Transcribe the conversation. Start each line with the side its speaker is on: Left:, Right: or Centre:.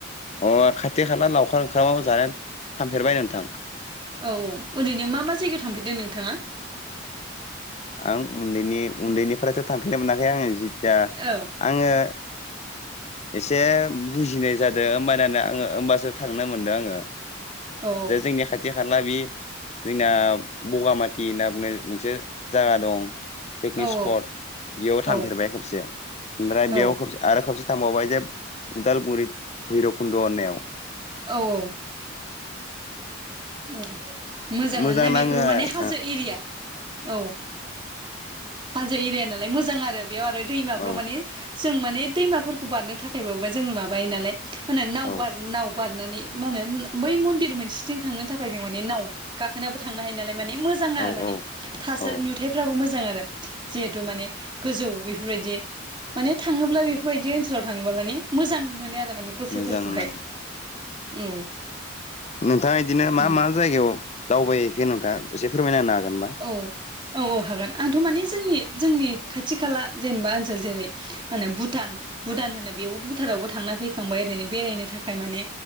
Left: अ खाथि खाला लावखार ओंखाम जानायानो थांफेरबाय नोंथां
Right: औ ओरैनो मा मा जायगायाव थांफेरदों नोंथाङा
Left: आं उन्दैनि उन्दैनिफ्रायथ' थांफेरनो मोनाखै आङो जिथिया
Right: औ
Left: आङो एसे बुजिनाय जादों ओमबानिया आङो होमबासो थांनो मोनदो आङो
Right: औ
Left: दा जोंनि खाथि खाला बे जोंना बगामाथि होनना बुंनाय मोनसे जागा दं पिकनिक
Right: औ
Left: स्पट बेयाव थांफेरबाय
Right: औ
Left: खेबसे ओमफ्राय
Right: औ
Left: बेयाव खबसे आरो खबसे थांबावबाय जे उदालगुरि भैरबखुन्द' होननायाव
Right: औ औ औ मोजाङानो
Left: मोजां
Right: ना बेफोर
Left: नाङो आरो
Right: माने हाजो एरिया औ हाजो एरिया नालाय मोजां आरो बेयाव आरो दैमाफ्राव
Left: औ
Right: माने जों माने दैमाफोरखौ बारनो थाखायबाबो जों माबायो नालाय मा होनो नाव
Left: औ
Right: बार नाव बारनानै मा होनो बै मन्दिर मोनसेथिं थांनो थाखाय जों माने नाव गाखोनाबो थांनो हायो नालाय माने मोजां
Left: औ
Right: आरो माने
Left: औ
Right: थासारि
Left: औ
Right: नुथायफ्राबो मोजां आरो जिहेथु माने गोजौ बेफोरबायदि माने थाङोब्ला बेफोरबायदि ओनसोलाव थाङोबा माने मोजां मोनो आरो माने गोसोफोरखौहाय
Left: मोजां नाङो
Right: औ
Left: नोंथाङा इदिनो मा
Right: उम
Left: मा जायगायाव दावबायहैखो नोंथाङा एसे फोरमायना होनो हागोन होनबा
Right: औ औ औ हागोन आंथ' माने जोंनि जोंनि खाथि खाला जेनेबा ओनसोल जेरै मा होनो भुटान भुटान होनो बेयावबो भुटानावबो थांना फैखांबाय ओरैनो बेरायनो थाखाय माने